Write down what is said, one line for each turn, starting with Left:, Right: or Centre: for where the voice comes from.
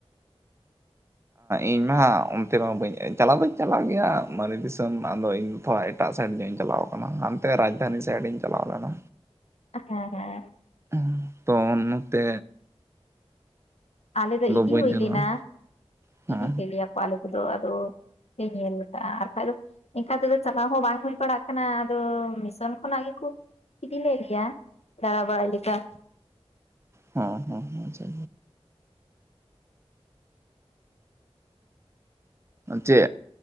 Right: ᱤᱧ ᱢᱟ ᱦᱟᱸᱜ ᱚᱱᱛᱮ ᱢᱟ ᱵᱟᱹᱧ ᱪᱟᱞᱟᱣ ᱫᱚᱧ ᱪᱟᱞᱟᱣ ᱜᱮᱭᱟ ᱢᱟᱨᱮ ᱫᱤᱥᱚᱢ ᱟᱫᱚ ᱤᱧᱛᱚ ᱦᱟᱜ ᱮᱴᱟᱜ ᱥᱟᱭᱤᱰ ᱧᱚᱜ ᱤᱧ ᱪᱟᱞᱟᱣ ᱠᱟᱱᱟ ᱦᱟᱱᱛᱮ ᱨᱟᱡᱽᱫᱷᱟᱱᱤ ᱥᱟᱭᱤᱰ ᱤᱧ ᱪᱟᱞᱟᱣ ᱞᱮᱱᱟ᱾
Left: ᱦᱮᱸ ᱦᱮ
Right: ᱩᱦ ᱛᱚ ᱱᱚᱛᱮ
Left: ᱟᱞᱮ ᱫᱚ ᱤᱫᱤ
Right: ᱵᱟᱹᱧ
Left: ᱦᱳᱭ
Right: ᱪᱟᱞᱟᱣᱟ
Left: ᱞᱮᱱᱟ,
Right: ᱦᱮᱸ
Left: ᱤᱫᱤ ᱠᱮᱜᱞᱮᱭᱟ ᱠᱚ ᱟᱞᱮ ᱠᱚᱫᱚ ᱟᱫᱚ ᱧᱮᱞ ᱠᱟᱜ-ᱟ ᱟᱨ ᱠᱷᱟᱡ ᱫᱚ ᱤᱱᱠᱟ ᱛᱮᱫᱚ ᱪᱟᱞᱟᱣ ᱦᱚᱸ ᱵᱟᱝ ᱦᱩᱭ ᱵᱟᱲᱟᱜ ᱠᱟᱱᱟ ᱟᱫᱚ ᱢᱤᱥᱚᱱ ᱠᱷᱚᱱᱟᱜ ᱜᱮ ᱠᱚ ᱤᱫᱤ ᱞᱮᱜ ᱞᱮᱭᱟ ᱫᱟᱬᱟ ᱵᱟᱲᱟᱭ ᱞᱮᱠᱟ
Right: ᱦᱚᱸ ᱦᱚᱸ ᱦᱚᱸ ᱟᱪᱷᱟ ᱪᱮᱫ